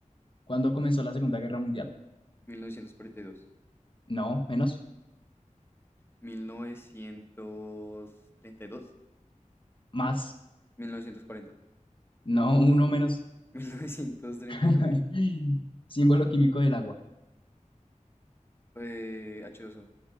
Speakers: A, on the left; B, on the left.
A: ¿Cuándo comenzó la Segunda Guerra Mundial?
B: 1942.
A: No, menos,
B: 1932,
A: más.
B: 1940,
A: No, uno menos.
B: 1939.
A: <laughs>
B: <laughs>
A: Símbolo químico del agua.
B: Eh, H2O,